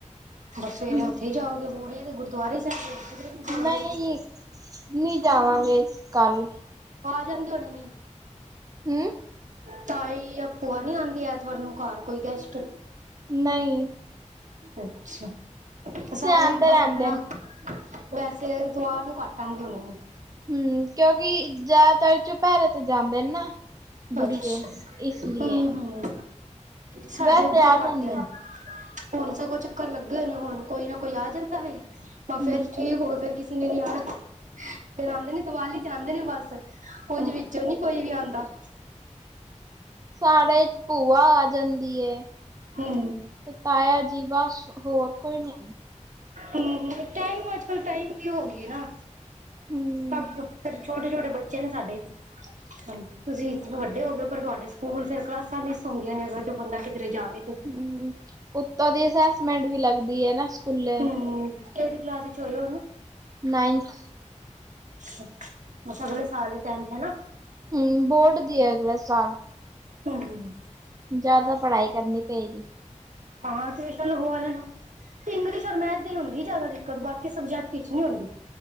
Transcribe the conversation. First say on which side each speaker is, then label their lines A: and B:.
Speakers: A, on the right; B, on the right.
A: ਬਸ
B: ਹਮ,
A: ਸਵੇਰੇ ਉੱਥੇ ਜਾਓਗੇ ਪੂੜ ਦੇ ਗੁਰਦੁਆਰੇ ਸਾਹਿਬ ਕਿਧਰੇ ਨੀ ਜਾਓਗੇ
B: ਨਹੀਂ ਨੀ ਜਾਵਾਂਗੇ ਕੱਲ
A: ਜਾਂਦੀ ਹੋਣੀ ਨੇ
B: ਹਮ
A: ਤਾਈ ਆ ਭੂਆ ਨੀ ਆਉਂਦੀ ਐਤਵਾਰ ਨੂੰ ਘਰ ਕੋਈ ਗੈਸਟ
B: ਨਈਂ।
A: ਅੱਛਾ ਸਾਰੇ
B: ਆਂਦੇ
A: ਬਸ
B: ਰਹਿੰਦੇ
A: ਅਪਨਾ
B: ਨੇ
A: ਵੈਸੇ ਦਵਾਰ ਨੂੰ ਘੱਟ ਆਂਦੇ ਹੋਨੇ ਨੇ।
B: ਹੂੰ ਕਿਉਂਕਿ ਜ਼ਿਆਦਾਤਰ ਚੁਪਹਿਰੇ ਤੇ ਜਾਂਦੇ ਨਾ। ਬੁੜੀਏ
A: ਅੱਛਾ,
B: ਇਸ ਲੀਏ
A: ਹੂੰ- ਹੂੰ। ਸਾਡੇ
B: ਵੈਸੇ
A: ਵੀ ਤੇ ਕੱਟ
B: ਜਾਂਦੇ
A: ਆ
B: ਨੇ
A: ਹੁਣ ਸਗੋਂ ਚੱਕਰ ਲੱਗੇ ਹੋਣੇ ਹੁਣ ਕੋਈ ਨਾ ਕੋਈ ਆ ਜਾਂਦਾ ਵੇ,
B: ਹੂੰ
A: ਫੇਰ ਠੀਕ ਹੋ ਫਿਰੇ ਫਿਰ ਆਉਂਦੇ ਨੇ ਦੀਵਾਲੀ ਚ ਆਉਂਦੇ ਨੇ ਬਸ ਉਜ
B: ਹਾਂ
A: ਵਿੱਚੋਂ ਨੀ ਕੋਈ ਵੀ ਆਉਂਦਾ
B: ਸਾਡੇ ਭੂਆ ਜਾਂਦੀ ਐ
A: ਹੂੰ
B: ਤੇ ਤਾਇਆ ਜੀ ਬਸ ਹੋਰ ਕੋਈ ਨੀ
A: ਹਮ ਟਾਈਮ ਅੱਜ -ਕੱਲ ਟਾਈਮ ਵੀ ਹੋ ਗਈ ਨਾ
B: ਹੂੰ
A: ਸਭ ਛੋਟੇ- ਛੋਟੇ ਬੱਚੇ ਨੇ ਸਾਡੇ ਹਾਂਜੀ, ਤੁਸੀਂ ਵੱਡੇ ਹੋ ਗਏ ਹੋ ਪਰ ਤੁਹਾਡੇ ਸਕੂਲ ਫੇਰ ਕਲਾਸਾਂ ਮਿਸ ਹੁੰਦੀਆਂ ਨੇ ਸੋਚੋਂ ਬੰਦਾ ਕਿਧਰੇ ਜਾਵੇ ਤੇ
B: ਹਮ ਉੱਤੋਂ ਦੀ ਅਸੈਸਮੈਂਟ ਵੀ ਲੱਗਦੀ ਐਨਾ ਸਕੂਲੇ
A: ਹੂੰ ਕਿਹੜੀ ਕਲਾਸ ਵਿਚ ਚ ਹੋਇ ਉਹਨੂੰ
B: ਨਾਈਨਥ
A: ਅੱਛਾ, ਬਸ ਅਗਲੇ ਸਾਲ ਏ ਟੈਂਠ ਹੈ ਨਾ।
B: ਹਮ ਬੋਰਡ ਦੀ ਹੈ ਅਗਲੇ ਸਾਲ
A: ਹਮ- ਹਮ
B: ਜਿਆਦਾ ਪੜ੍ਹਾਈ ਕਰਨੀ ਪਏਗੀ
A: ਹਾਂ ਤੁਸੀਂ ਇੰਗਲਿਸ਼ ਔਰ ਮੈਥ ਦੀ ਹੁੰਦੀ ਜ਼ਿਆਦਾ ਦਿੱਕਤ ਬਾਕੀ ਸਬਜੈਕਟ ਚ ਨਹੀਂ ਹੁੰਦੀ।